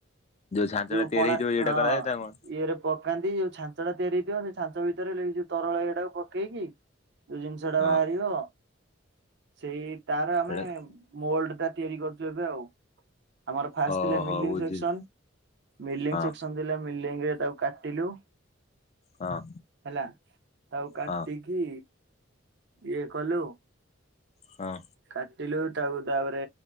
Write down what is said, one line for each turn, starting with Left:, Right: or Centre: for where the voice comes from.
Left: ଛାଞ୍ଚଟା
Right: ଯୋଉ
Left: ତିଆରି
Right: କଣା
Left: ହେଇଯିବ ଏଇଟା
Right: ହଁ।
Left: କରାଯାଏ ତା କଣ
Right: ଇଏରେ ପକାନ୍ତି ଯୋଉ ଛାଞ୍ଚ ଟା ତିଆରି ହେଇଥିବ ସେ ଛାଞ୍ଚ ଭିତରେ ଯୋଉ ତରଳ ଇଏଟାକୁ ପକେଇକି ଯୋଉ ଜିନିଷ ଟା
Left: ହଁ
Right: ବାହାରିବ ସେଇ ତାର ଆମେ
Left: ଏଇଟା
Right: ମୋଲଡଟା ତିଆରି କରୁଛୁ ଏବେ ଆଉ। ଆମର ଫାଷ୍ଟ
Left: ଓହୋ
Right: ଥିଲେ ମିଲିଂ
Left: ବୁଝିଲି
Right: ସେକ୍ସନ, ମିଲିଂ
Left: ହଁ
Right: ସେକ୍ସନ ଥିଲା। ମିଲିଂ ରେ ତାକୁ କାଟିଲୁ।
Left: ହଁ।
Right: ହେଲା ତାକୁ କାଟିକି
Left: ହଁ
Right: ଇଏ କଲୁ।
Left: ହଁ।
Right: କାଟିଲୁ ତାକୁ ତାପରେ